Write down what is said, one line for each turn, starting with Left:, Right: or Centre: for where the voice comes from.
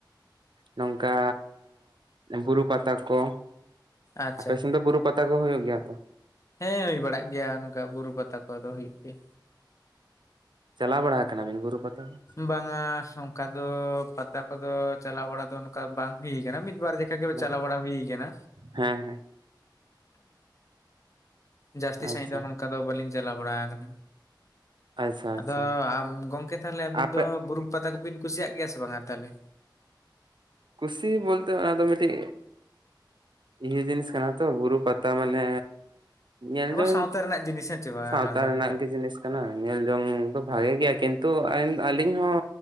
Right: ᱱᱚᱝᱠᱟ ᱵᱩᱨᱩ ᱯᱟᱛᱟ ᱠᱚ,
Left: ᱟᱪᱪᱷᱟ
Right: ᱟᱯᱮ ᱥᱮᱱ ᱫᱚ ᱵᱩᱨᱩ ᱯᱟᱛᱟ ᱠᱚ ᱦᱩᱭᱩᱜ ᱜᱮᱭᱟ ᱛᱚ?
Left: ᱦᱮᱸ ᱦᱩᱭ ᱵᱟᱲᱟᱜ ᱜᱮᱭᱟ ᱱᱚᱝᱠᱟ ᱵᱩᱨᱩ ᱯᱟᱛᱟ ᱠᱚᱫᱚ ᱦᱩᱭᱩᱜ ᱜᱮᱭᱟ᱾
Right: ᱪᱟᱞᱟᱣ ᱵᱟᱲᱟ ᱠᱟᱱᱟ ᱵᱤᱱ ᱵᱩᱨᱩ ᱯᱟᱛᱟ ᱫᱚ?
Left: ᱵᱟᱝᱟ ᱥᱚᱝ ᱠᱟ ᱫᱚ ᱯᱟᱛᱟ ᱠᱚᱫᱚ ᱪᱟᱞᱟᱣ ᱵᱟᱲᱟ ᱫᱚ ᱚᱱᱠᱟ ᱵᱟᱝ ᱦᱩᱭ ᱠᱟᱱᱟ ᱜᱮ ᱢᱤᱫ ᱵᱟᱨ ᱫᱤᱱ <unintelligible>
Right: ᱵᱟᱝ
Left: ᱪᱟᱞᱟᱣ ᱵᱟᱲᱟ ᱦᱩᱭ ᱠᱟᱱᱟ᱾
Right: ᱦᱮᱸ ᱦᱮᱸ
Left: ᱡᱟᱹᱥᱛᱤ
Right: ᱟᱪᱪᱷᱟ
Left: ᱥᱟᱺᱦᱤᱡ ᱫᱚ ᱱᱚᱝᱠᱟ ᱫᱚ ᱵᱟᱹᱞᱤᱧ ᱪᱟᱞᱟᱣ ᱵᱟᱲᱟ ᱟᱠᱟᱱᱟ
Right: ᱟᱪᱪᱷᱟ
Left: ᱟᱫᱚ
Right: ᱟᱪᱪᱷᱟ
Left: ᱜᱚᱝᱠᱮ ᱛᱟᱦᱚᱞᱮ ᱟᱵᱤᱱ
Right: ᱟᱯᱮ
Left: ᱫᱚ ᱵᱩᱨᱩ ᱯᱟᱛᱟ ᱠᱚᱵᱤᱱ ᱠᱩᱥᱤᱭᱟᱜ ᱜᱮᱭᱟ ᱥᱮ ᱵᱟᱝᱟ ᱛᱟᱦᱚᱞᱮ?
Right: ᱠᱩᱥᱤ ᱵᱚᱞᱛᱮ ᱟᱫᱚ ᱢᱤᱴᱤᱡ ᱤᱭᱟᱹ ᱡᱤᱱᱤᱥ ᱠᱟᱱᱟ ᱛᱚ ᱵᱩᱨᱩ ᱯᱟᱛᱟ ᱢᱟᱱᱮ ᱧᱮᱞ
Left: ᱟᱵᱚ
Right: ᱡᱚᱝ
Left: ᱥᱟᱶᱛᱟ ᱨᱮᱱᱟᱜ ᱡᱤᱱᱤᱥ ᱦᱮᱸ ᱪᱮ ᱵᱟᱝ
Right: ᱥᱟᱶᱛᱟ
Left: ᱚᱱᱟ ᱫᱚ
Right: ᱨᱮᱱᱟᱜ
Left: ᱢᱤᱫᱴᱟᱝ
Right: ᱜᱮ ᱡᱤᱱᱤᱥ ᱠᱟᱱᱟ ᱧᱮᱞ ᱡᱚᱝ ᱫᱚ ᱵᱷᱟᱜᱮ ᱜᱮᱭᱟ ᱠᱤᱱᱛᱩ ᱟᱹᱞᱤᱧ ᱦᱚᱸ